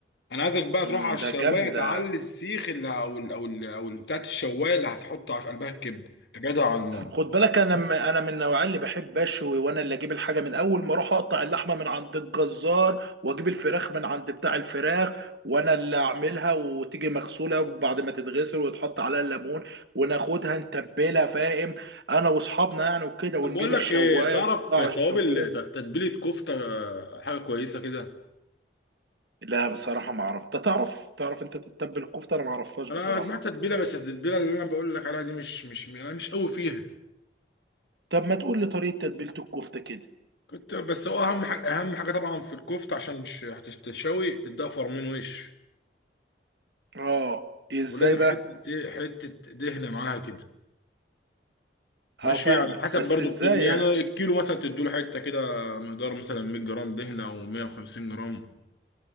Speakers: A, on the left (about 65°); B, on the right (about 70°).
A: انا عايزك بقى
B: امم
A: تروح على الشوايه
B: ده جامدة
A: تعلي السيخ اللي او ال او ال او ال- بتاعت الشوايه اللي هتحطها في قلبها الكبده ابعدها عن النار
B: خد بالك انا م- انا من النوعيه اللي بحب اشوي وانا اللي اجيب الحاجه من اول ما اروح اقطع اللحمه من عند الجزار واجيب الفراخ من عند بتاع الفراخ وانا اللي اعملها وتيجي مغسوله وبعد ما تتغسل ويتحط عليها الليمون وناخدها نتبلها فاهم انا واصحابنا يعني وكده ونجيب
A: طب بقول لك
B: الشوايه
A: ايه تعرف
B: نحطها على
A: توابل
B: الشوايه
A: ت- تتبيله كفته آه، حاجه كويسه كده
B: لا بصراحه ما اعرف انت تعرف تعرف انت تتبل الكفته انا ما اعرفهاش بصراحه
A: انا جمعت تتبيله بس التتبيله اللي انا بقول لك عليها دي مش مش انا مش قوي فيها
B: طب ما تقول لي طريقه تتبيله الكفته كده
A: كنت بس هو اهم حاجه اهم حاجه طبعا في الكفته عشان مش هتشتوي تديها فرمين وش
B: اه ازاي
A: ولازم
B: بقى
A: حته ايه حته دهنه معاها كده
B: هفهمك
A: ماشي على حسب
B: بس
A: برضو
B: ازاي
A: الكمية يعني الكيلو مثلا تديله حتة كده مقدار مثلا 100 جرام دهنة أو 150 جرام